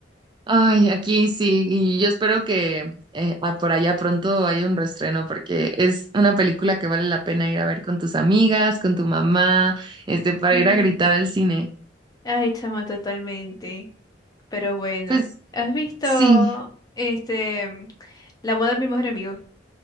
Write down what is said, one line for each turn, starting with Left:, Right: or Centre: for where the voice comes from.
Right: Ay, aquí sí, y yo espero que eh, ah, por allá pronto haya un reestreno porque es una película que vale la pena ir a ver con tus amigas, con tu mamá, este, para
Left: Sí.
Right: ir a gritar al cine.
Left: Ay, chama, totalmente. Pero bueno,
Right: Pues
Left: ¿has visto
Right: sí,
Left: este, La boda de mi mejor amigo?